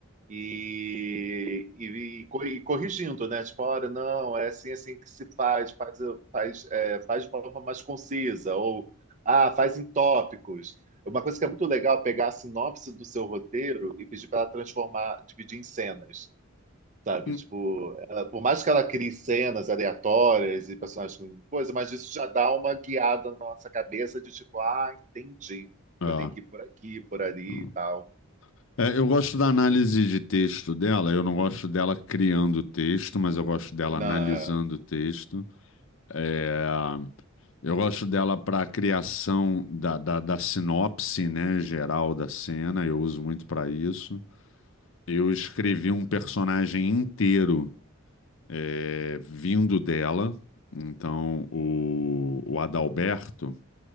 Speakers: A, on the right (about 35°); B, on the left (about 60°).
A: e, e, e co- e corrigindo, né? Tipo, olha, não, é assim, assim que se faz, faz, faz, é, faz de forma mais concisa, ou, ah, faz em tópicos. Uma coisa que é muito legal é pegar a sinopse do seu roteiro e pedir para ela transformar, dividir em cenas. Sabe,
B: Hum.
A: tipo, ela- por mais que ela crie cenas aleatórias e personagens com coisa, mas isso já dá uma guiada na nossa cabeça de tipo, ah, entendi.
B: É.
A: Eu tenho que ir por aqui, por ali
B: Hum.
A: e tal.
B: É, eu gosto da análise de texto dela, eu não gosto dela criando texto, mas eu gosto dela
A: Não,
B: analisando
A: é.
B: o texto. É, eu gosto dela para a criação da, da, da sinopse, né, geral da cena, eu uso muito para isso. Eu escrevi um personagem inteiro é, vindo dela. Então, o, o Adalberto,